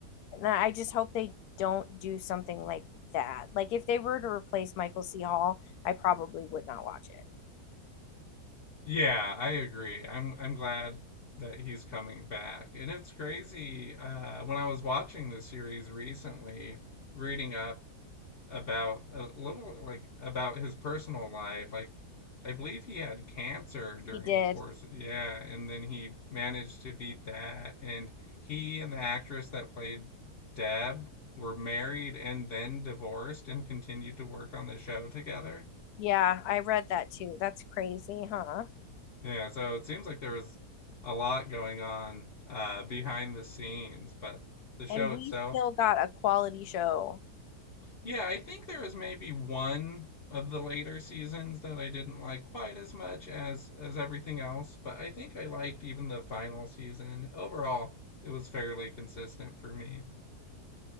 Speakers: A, on the left (about 75°); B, on the left (about 45°).
A: And I just hope they don't do something like that. Like if they were to replace Michael C. Hall, I probably would not watch it.
B: Yeah, I agree. I'm I'm glad that he's coming back. And it's crazy. Uh, when I was watching the series recently, reading up about a little like about his personal life. Like I believe he had cancer during
A: He did.
B: the course. Yeah, and then he managed to beat that. And he and the actress that played Deb were married and then divorced and continued to work on the show together.
A: Yeah, I read that too. That's crazy, huh?
B: Yeah, so it seems like there was a lot going on uh, behind the scenes, but the show
A: And we
B: itself
A: still got a quality show.
B: Yeah, I think there was maybe one of the later seasons that I didn't like quite as much as as everything else, but I think I liked even the final season. Overall, it was fairly consistent for me.